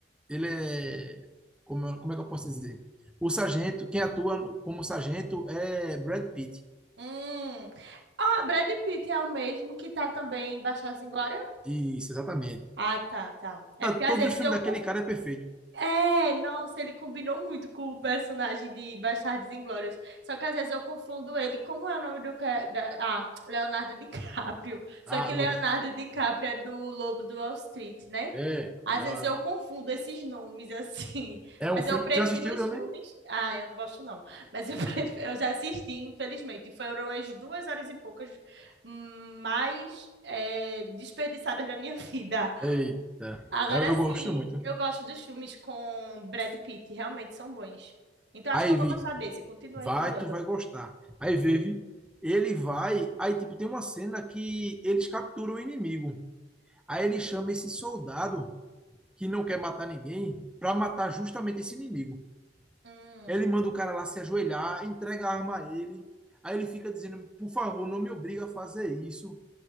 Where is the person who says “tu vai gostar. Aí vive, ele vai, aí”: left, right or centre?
Centre